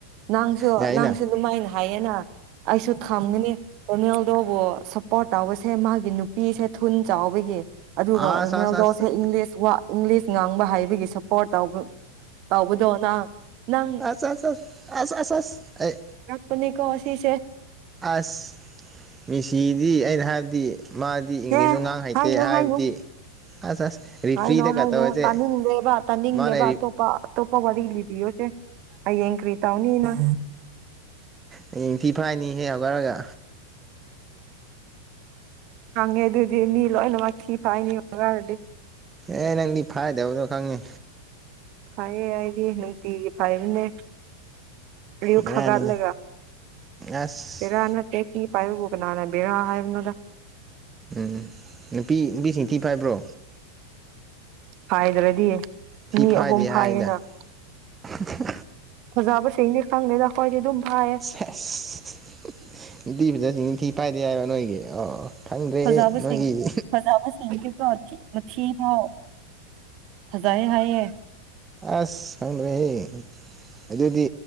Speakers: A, on the right; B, on the right.
A: ꯅꯪꯁꯨ
B: ꯌꯥꯏꯅ
A: ꯅꯪꯁꯨ ꯑꯗꯨꯃꯥꯏꯅ ꯍꯥꯏꯌꯦꯅ ꯑꯩꯁꯨ ꯊꯝꯒꯅꯤ꯫ ꯔ‌ꯣꯅꯥꯜꯗꯨꯕꯨ ꯁꯞꯄꯣꯔꯠ ꯇꯧꯕꯁꯦ ꯃꯥꯒꯤ ꯅꯨꯄꯤꯁꯦ ꯊꯨꯟ ꯆꯥꯎꯕꯒꯤ ꯑꯗꯨꯒ
B: ꯑꯁ
A: ꯔ‌ꯣꯅꯥꯜꯗꯣꯁ‌ꯦ
B: ꯑꯁ ꯑꯁ
A: ꯏꯪꯂꯤꯁ ꯋꯥ ꯏꯪꯂꯤꯁ ꯉꯥꯡꯕ ꯍꯥꯏꯕꯒꯤ ꯁꯄꯣꯔꯠ ꯇꯕ ꯇꯧꯕꯗꯣ ꯅꯪ ꯅꯪ
B: ꯑ ꯑꯁ ꯑꯁ ꯑꯁ ꯑꯁ ꯑꯁ ꯑꯩ
A: ꯄꯅꯤꯀꯣ ꯉꯁꯤꯁꯦ
B: ꯑꯁ ꯃ‌ꯦꯁꯤꯗꯤ ꯑꯩꯅ ꯍꯥꯏꯕꯗꯤ ꯃꯥ ꯗꯤ ꯏꯪꯂꯤꯁꯁꯨ
A: ꯍꯦ
B: ꯉꯥꯡ ꯍꯩꯇꯦ
A: ꯍꯥꯏꯅꯨ
B: ꯍꯥꯏꯕꯗꯤ
A: ꯍꯥꯏꯅꯨ
B: ꯑꯁ ꯑꯁ ꯔꯤꯐ꯭ꯔꯤꯗꯒ
A: ꯍꯥꯏꯅꯣ ꯍꯥꯏꯅꯣ
B: ꯇꯧꯔꯁꯦ
A: ꯇꯥꯅꯤꯡꯗꯦꯕ ꯇꯥꯅꯤꯡꯗꯦꯕ
B: ꯃꯥꯅ
A: ꯑꯇꯣꯞꯄ ꯑꯇꯣꯞꯄ ꯋꯥꯔꯤ ꯂꯤꯕꯤꯌꯣꯁꯦ ꯍꯌꯦꯡ ꯀ꯭ꯔꯤ ꯇꯧꯅꯤ ꯅꯪ
B: ꯍꯌꯦꯡ ꯊꯤ ꯐꯥꯏꯅꯤ ꯍꯦꯛ ꯍꯧꯒꯠꯔꯒ
A: ꯈꯪꯉꯦ ꯑꯗꯨꯗꯤ ꯃꯤ ꯂꯣꯏꯅꯃꯛ ꯊꯤ ꯐꯥꯏꯅꯤ ꯍꯧꯒꯠꯂꯗꯤ
B: ꯑꯦ ꯅꯪꯗꯤ ꯐꯥꯏꯗꯕꯗꯣ ꯈꯪꯉꯤ
A: ꯐꯥꯏꯌꯦ ꯑꯩꯗꯤ ꯅꯨꯡꯇꯤꯒꯤ ꯐꯥꯏꯕꯅꯦ꯫ ꯑꯌꯨꯛ
B: ꯕꯦꯔꯥꯅꯤꯗ
A: ꯍꯧꯒꯠꯂꯒ
B: ꯑꯁ
A: ꯍ‌ꯦꯔꯥ ꯑꯦ ꯄꯤ ꯄꯥꯏꯕꯕꯨ ꯀꯅꯥꯅ ꯕ‌ꯦꯔꯥ ꯍꯥꯏꯕꯅꯤꯗ
B: ꯎꯝ ꯅꯨꯄꯤ ꯅꯨꯄꯤꯁꯤꯡ ꯊꯤ ꯐꯥꯏꯕ꯭ꯔꯣ
A: ꯐꯥꯏꯗ꯭ꯔꯗꯤ
B: ꯊꯤ
A: ꯑꯅꯤ
B: ꯐꯥꯏꯗꯦ
A: ꯑꯍꯨꯝ
B: ꯍꯥꯏꯗ
A: ꯐꯥꯏꯌꯦꯅ
B: <unintelligible>
A: ꯐꯖꯕꯁꯤꯡꯗꯤ ꯈꯪꯗꯦꯗ ꯈꯣꯏꯗꯤ ꯑꯗꯨꯝ ꯐꯥꯏꯌꯦ꯫
B: ꯑꯁ ꯅꯨꯄꯤ ꯐꯖꯕꯁꯤꯡꯗꯤ ꯊꯤ ꯐꯥꯏꯗꯦ ꯍꯥꯏꯔ‌ꯣ ꯅꯣꯏꯒꯤ ꯑꯣ ꯈꯪꯗ꯭ꯔꯦꯍꯦ
A: ꯐꯖꯥꯕꯁꯤꯡ
B: ꯅꯣꯏꯒꯤ
A: ꯐꯖꯕ ꯁꯤꯡꯗꯤꯀꯣ ꯃꯊꯤꯐꯥꯎ ꯐꯖꯩ ꯍꯥꯏꯌꯦ
B: ꯑꯁ ꯈꯪꯗ꯭ꯔꯦꯍꯦ ꯑꯗꯨꯗꯤ꯫